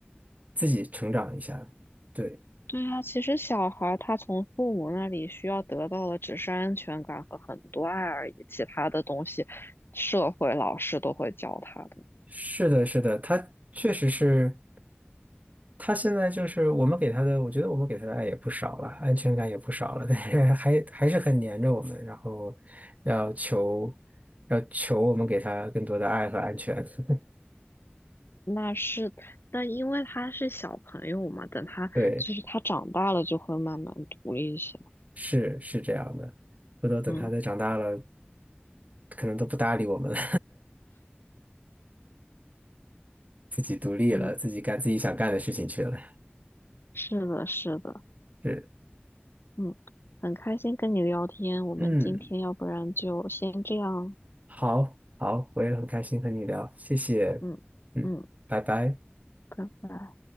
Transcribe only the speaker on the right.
自己成长一下。对。
是的，是的，他确实是，他现在就是我们给他的，我觉得我们给他的爱也不少了，安全感也不少了，但是还还是很粘着我们，然后要求要求我们给他更多的爱和安全。<laughs>
对，是是这样的。回头等他再长大了，
可能都不搭理我们了，<laughs> 自己独立了，
自己干自己想干的事情去了。
是，
嗯，好，好，我也很开心和你聊，谢谢，
嗯，拜拜。